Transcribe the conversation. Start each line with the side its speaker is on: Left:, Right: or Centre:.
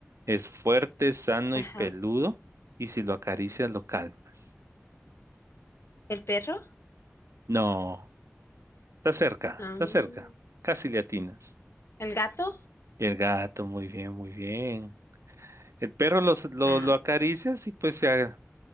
Right: Es fuerte, sano
Left: ajá.
Right: y peludo. Y si lo acaricias, lo calmas.
Left: ¿El perro?
Right: No, está cerca,
Left: Ah,
Right: está
Left: mm,
Right: cerca. Casi le atinas.
Left: ¿el gato?
Right: Y el gato, muy bien, muy bien. El perro los- lo,
Left: Ah,
Right: lo acaricias y pues se, a-